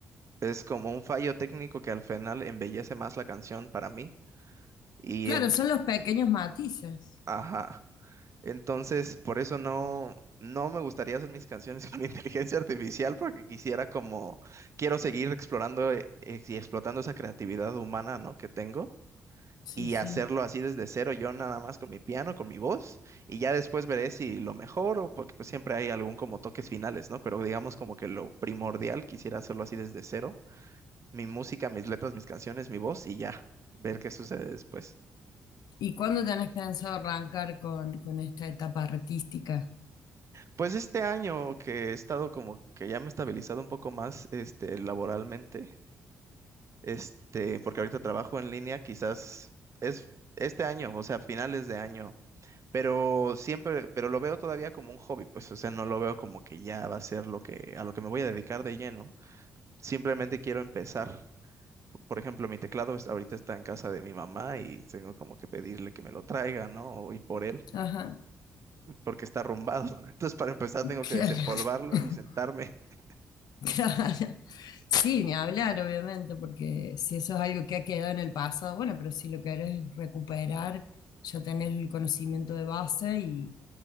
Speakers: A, on the right (about 40°); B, on the left (about 65°).
A: es como un fallo técnico que al final embellece más la canción para mí. Y,
B: Claro,
A: en-
B: son los pequeños matices.
A: ajá. Entonces, por eso no, no me gustaría hacer mis canciones con <laughs> inteligencia artificial, porque quisiera como, quiero seguir explorando eh, y explotando esa creatividad humana, ¿no? que tengo.
B: Sí,
A: y
B: sí.
A: hacerlo así desde cero yo nada más con mi piano, con mi voz, y ya después veré si lo mejoro, porque pues siempre hay algún como toques finales, ¿no? Pero digamos como que lo primordial, quisiera hacerlo así desde cero, mi música, mis letras, mis canciones, mi voz y ya, ver qué sucede después.
B: ¿Y cuándo tenés pensado arrancar con, con esta etapa artística?
A: Pues este año que he estado como que ya me he estabilizado un poco más, este, laboralmente, este, porque ahorita trabajo en línea, quizás es este año, o sea, finales de año Pero siempre, pero lo veo todavía como un hobby, pues, o sea, no lo veo como que ya va a ser lo que, a lo que me voy a dedicar de lleno. Simplemente quiero empezar. Por ejemplo, mi teclado es- ahorita está en casa de mi mamá y tengo como que pedirle que me lo traiga, ¿no? O ir por él,
B: Ajá,
A: porque está arrumbado. <laughs> Entonces, para empezar, tengo
B: claro.
A: que desempolvarlo
B: <laughs>
A: y sentarme. <laughs>
B: Claro. Sí, ni hablar, obviamente, porque si eso es algo que ha quedado en el pasado, bueno, pero si lo querés recuperar, ya tenés el conocimiento de base y